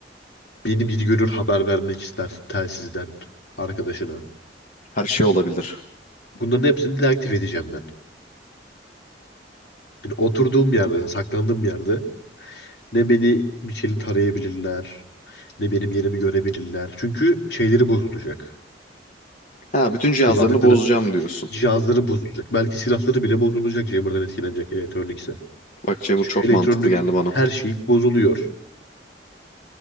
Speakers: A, on the left; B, on the left.
A: Beni bir görür haber vermek ister telsizden arkadaşına.
B: Her şey olabilir.
A: Bunların hepsini deaktif edeceğim ben. Yani oturduğum yerde, saklandığım yerde ne beni bir şeyle tarayabilirler, ne benim yerimi görebilirler. Çünkü şeyleri bozulacak.
B: Ha, bütün cihazlarını
A: Kullandıkları
B: bozacağım diyorsun.
A: cihazları bozulacak. Belki silahları bile bozulacak Jammer'dan etkilenecek elektronikse.
B: Bak Jammer
A: Çünkü
B: çok
A: elektronik
B: mantıklı geldi bana.
A: her şey bozuluyor.